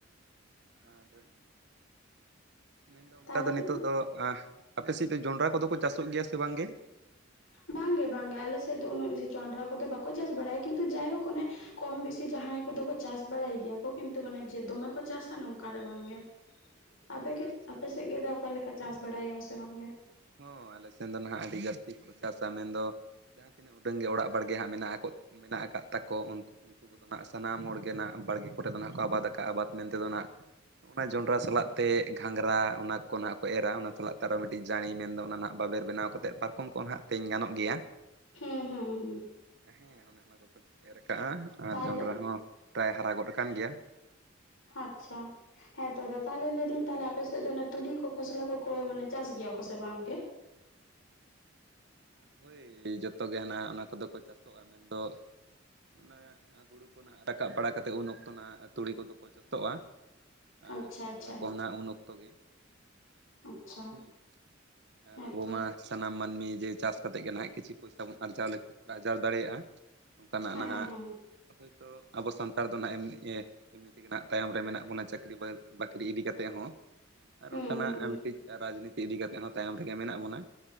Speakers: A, on the right (about 60°); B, on the left (about 85°).
A: ᱟᱨ ᱢᱮᱱᱫᱚ ᱚᱱᱠᱟ
B: ᱛᱟᱦᱚᱞᱮ
A: ᱫᱚ ᱱᱤᱛᱚᱜ ᱫᱚ, ᱟᱯᱮᱥᱮᱫ ᱫᱚ ᱡᱚᱱᱰᱨᱟ ᱠᱚᱫᱚ ᱠᱚ ᱪᱟᱥᱚᱜ ᱜᱮᱭᱟ ᱥᱮ ᱵᱟᱝᱜᱮ?
B: ᱵᱟᱝᱜᱮ ᱵᱟᱝᱜᱮ ᱟᱞᱮ ᱥᱮᱫ ᱫᱚ ᱩᱱᱟᱹᱜ ᱵᱮᱥᱤ ᱡᱚᱱᱰᱨᱟ ᱠᱚᱫᱚ ᱵᱟᱠᱚ ᱪᱟᱥ ᱵᱟᱲᱟᱭᱟ ᱠᱤᱱᱛᱩ ᱡᱟᱭᱦᱳᱠ ᱚᱱᱮ ᱠᱚᱢ ᱵᱮᱥᱤ ᱡᱟᱦᱟᱸᱭ ᱠᱚᱫᱚ ᱠᱚ ᱪᱟᱥ ᱵᱟᱲᱟᱭ ᱜᱮᱭᱟ ᱠᱚ ᱠᱤᱱᱛᱩ ᱢᱟᱱᱮ ᱡᱮ ᱫᱚᱢᱮ ᱠᱚ ᱪᱟᱥᱟ ᱱᱚᱝᱠᱟ ᱫᱚ ᱵᱟᱝᱜᱮ᱾ ᱟᱯᱮ
A: ᱟᱪᱪᱷᱟ
B: ᱠᱮ
A: ᱟᱪᱪᱷᱟ
B: ᱟᱯᱮ ᱥᱮᱫ ᱜᱮ ᱚᱠᱟᱞᱮᱠᱟ ᱪᱟᱥ ᱵᱟᱲᱟᱭᱟ ᱥᱮ ᱵᱟᱝᱜᱮ?
A: ᱦᱚᱸ ᱟᱞᱮ ᱥᱮᱱ ᱫᱚ ᱱᱟᱦᱟᱸᱜ ᱟᱹᱰᱤ ᱡᱟᱹᱥᱛᱤ ᱠᱚ ᱪᱟᱥᱟ ᱢᱮᱱᱫᱚ ᱡᱟᱦᱟᱸ ᱛᱤᱱᱟᱹᱜ ᱩᱰᱟᱹᱝ ᱜᱮ ᱚᱲᱟᱜ ᱵᱟᱲᱜᱮ ᱦᱟᱸᱜ ᱢᱮᱱᱟᱜ ᱢᱮᱱᱟᱜ ᱟᱠᱟᱫ ᱛᱟᱠᱚ ᱩᱱᱠᱩ ᱩᱱᱠᱩ ᱠᱚᱫᱚ ᱱᱟᱜ ᱥᱟᱱᱟᱢ ᱦᱚᱲᱜᱮ ᱱᱟᱜ ᱦᱚᱲᱜᱮ ᱠᱚᱨᱮ ᱫᱚ ᱦᱟᱸᱜ ᱠᱚ ᱟᱵᱟᱫ ᱟᱠᱟᱜᱼᱟ ᱵᱟᱫ ᱢᱮᱱᱛᱮᱫᱚ ᱟᱸᱱᱟᱜ ᱚᱱᱟ ᱡᱚᱸᱰᱨᱟ ᱥᱟᱞᱟᱜ ᱛᱮ ᱜᱷᱟᱸᱜᱽᱨᱟ ᱚᱱᱟ ᱠᱚ ᱚᱱᱟ ᱠᱚ ᱮᱨᱟ ᱚᱱᱟ ᱥᱟᱞᱟᱜ ᱛᱮ ᱟᱨᱚ ᱢᱤᱫ ᱠᱟᱹᱴᱤᱡ ᱡᱟᱹᱲᱤ ᱢᱮᱱᱫᱚ ᱚᱱᱟ ᱱᱟᱦᱟᱜ ᱵᱟᱵᱮᱨ ᱵᱮᱱᱟᱣᱛᱮᱫ ᱯᱟᱨᱠᱚᱢ ᱠᱚ ᱦᱟᱸᱜ ᱛᱮᱧ ᱜᱟᱱᱚᱜ ᱜᱮᱭᱟ᱾
B: ᱦᱮᱸ ᱦᱮᱸ ᱦᱮᱸ᱾
A: ᱦᱮᱸ ᱚᱱᱮ ᱚᱱᱟ ᱠᱚᱠᱚ ᱮᱨ ᱠᱟᱜᱼᱟ
B: ᱛᱟᱦᱚᱞᱮ
A: ᱟᱨ ᱡᱚᱸᱰᱨᱟ ᱦᱚᱸ ᱯᱨᱟᱭ ᱦᱟᱨᱟ ᱜᱚᱫ ᱟᱠᱟᱱ ᱜᱮᱭᱟ᱾
B: ᱟᱪᱪᱷᱟ ᱦᱮᱸᱛᱚ ᱫᱟ ᱛᱟᱦᱚᱞᱮ ᱞᱟᱹᱭᱫᱟᱹᱧ ᱛᱟᱦᱚᱞᱮ ᱟᱯᱮᱥᱮᱫ ᱫᱚ ᱚᱱᱟ ᱛᱩᱲᱤ ᱠᱚ ᱠᱷᱚᱥᱞᱟ ᱠᱚᱠᱚ ᱢᱟᱱᱮ, ᱪᱟᱥ ᱜᱮᱭᱟ ᱠᱚ ᱥᱮ ᱵᱟᱝ ᱜᱮ?
A: ᱦᱳᱭ ᱡᱚᱛᱚᱜᱮ ᱦᱟᱸᱜ ᱚᱱᱟ ᱠᱚᱫᱚ ᱠᱚ ᱪᱟᱥᱚᱜᱼᱟ ᱢᱮᱱᱫᱚ ᱚᱱᱟ ᱦᱩᱲᱩ ᱠᱚ ᱱᱟᱜ ᱨᱟᱠᱟᱵ ᱵᱟᱲᱟ ᱠᱟᱛᱮᱫ ᱩᱱ ᱚᱠᱛᱚ ᱱᱟᱜ ᱛᱩᱲᱤ ᱠᱚᱫᱚ ᱠᱚ ᱪᱟᱥᱚᱜᱼᱟ᱾ ᱟᱨ
B: ᱟᱪᱪᱷᱟ
A: ᱠᱷᱚᱥᱞᱟ
B: ᱟᱪᱪᱷᱟ
A: ᱠᱚᱦᱚᱸ ᱦᱟᱸᱜ ᱩᱱ ᱚᱠᱛᱚ ᱜᱮ᱾
B: ᱟᱪᱪᱷᱟ
A: ᱦᱩᱸ, ᱟᱨ
B: ᱦᱮᱸᱛᱚ
A: ᱟᱵᱚ ᱢᱟ ᱥᱟᱱᱟᱢ ᱢᱟᱱᱢᱤ ᱡᱮ, ᱪᱟᱥ ᱠᱟᱛᱮᱫ ᱜᱮ ᱱᱟᱦᱟᱜ ᱠᱤᱪᱷᱩ ᱯᱚᱭᱥᱟ ᱵᱚᱱ ᱟᱨᱡᱟᱣ ᱟᱨᱡᱟᱣ ᱫᱟᱲᱮᱭᱟᱜᱼᱟ ᱚᱱᱠᱟᱱᱟᱜ
B: ᱦᱮᱸ
A: ᱱᱟᱦᱟᱜ,
B: ᱦᱮᱸ
A: ᱦᱳᱭᱛᱳ ᱟᱵᱚ ᱥᱟᱱᱛᱟᱲ ᱫᱚ ᱦᱟᱜ ᱮᱢᱱᱤ ᱮ ᱮᱢᱱᱤ ᱛᱮᱜᱮ ᱱᱟᱜ ᱛᱟᱭᱚᱢ ᱨᱮ ᱢᱮᱱᱟᱜ ᱵᱚᱱᱟ ᱪᱟᱹᱠᱨᱤ ᱵᱟᱹᱠᱨᱤ ᱤᱫᱤ ᱠᱟᱛᱮᱫ ᱦᱚᱸ᱾ ᱟᱨ
B: ᱦᱩᱸ
A: ᱚᱱᱠᱟᱱᱟᱜ
B: ᱦᱩᱸ
A: ᱢᱤᱫᱴᱤᱡ ᱨᱟᱡᱽᱱᱤᱛᱤ ᱤᱫᱤ ᱠᱟᱛᱮᱫ ᱦᱚᱸ ᱛᱟᱭᱚᱢ ᱨᱮᱜᱮ ᱢᱮᱱᱟᱜ ᱵᱚᱱᱟ᱾